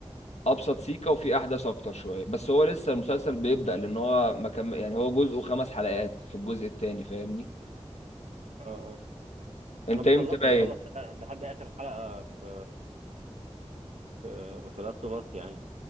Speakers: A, on the left; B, on the right.
A: ابسط سيكة وفي احداث اكتر شوية بس هو لسه المسلسل بيبدأ لان هو مكمل يعني هو جزءه خمس حلقات في الجزء التاني فاهمني
B: اه اه
A: انت
B: انا مخلصه
A: امتى بقى
B: مخلص
A: ايه
B: لحد اخر حلقه في في في لاست اوف اس يعني